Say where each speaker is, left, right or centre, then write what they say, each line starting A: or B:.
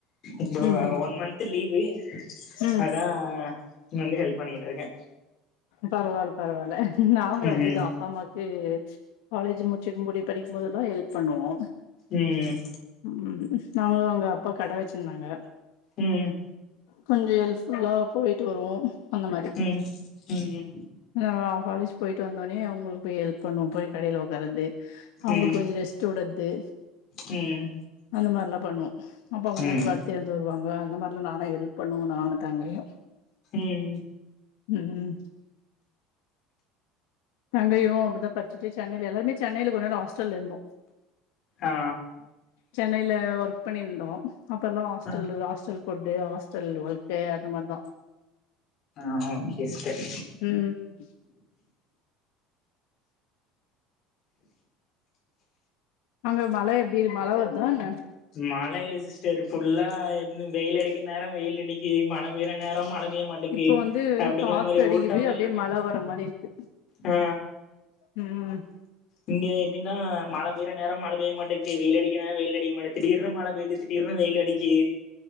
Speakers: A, on the left (about 40°); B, on the left (about 80°).
A: இப்போ
B: ம் ம்
A: ஒன் மந்த் லீவு
B: ம்
A: அதான் வந்து ஹெல்ப் பண்ணிக்கிட்டு இருக்கேன்
B: பரவால்ல பரவால்ல நாங்களு
A: ம்
B: அப்டிதா அப்பா அம்மாக்கு காலேஜ் முச்சிக்கும்புடி படிக்கும்போதெல்லா ஹெல்ப் பண்ணுவோ
A: ம்
B: ம் நாங்களும் அங்க அப்பா கட வேச்சிருந்தாங்க
A: ம்
B: கொஞ்ச ஹெல்ப்ஃபுல்லா போயிட்டு வருவோ அந்த மாரி
A: ம் ம் ம்
B: நாஙாக காலேஜ் போயிட்டு வந்தோட்னே அவுங்களுக்கு போய் ஹெல்ப் பண்ணுவோம் போய் கடையில ஒக்கர்றது அவுங்களுக்கு
A: ம்
B: கொஞ்சோ ரெஸ்ட் ஸ்ட் உட்றத்து
A: ம்
B: அந்த மாரில்லா பண்ணுவோ அப்பா கொஞ்ச
A: ம்
B: நோரோ படுத்தெழுந்து வரூ வாங்க அந்த மாரிலா நானு ஹெல்ப் பண்ணுவோ நானு தாங்கையு
A: ம்
B: ம் ம் தங்கையு அப்டிதா பட்சிட்டு சென்னையில எல்லாருமே சென்னைல கொஞ்ச நாள் ஹாஸ்டல்ல இருந்தோ
A: ஆ
B: சென்னையில ஒர்க் பண்ணிருந்தோ அப்பல்லா ஹாஸ்டலு
A: ஆ
B: ஹாஸ்டல் ஃபுட்டு ஹாஸ்டல் வாழ்க்க அது மாரிதா
A: ஆ ஓகே சிஸ்டர்
B: ம் அங்க மழ எப்டி மழ வருதா என்ன
A: மழ இல்ல சிஸ்டர் ஃபுல்லா வெயில் அடிக்கிற நேரோ வெயில் அடிக்கி மழ பெய்ற நேரோ மழ பெய்ய மாட் க்கி
B: இப்போ வந்து
A: அப்டிங்கிற
B: காத்து
A: மாரி
B: அடிக்குது
A: உட்டாவா
B: அப்டியே
A: எல்லாமே
B: மழ வர மாரி இருக்கு
A: ஆ
B: ம்
A: இங்க எப்டின்னா மழ பெய்யற நேரோ மழ பெய்ய மாட்டேகி வெயிலடிக் வெயில் அடிக்க திடீர்னு மழ பெய்து திடீர்னு வெயில் அடிக்கி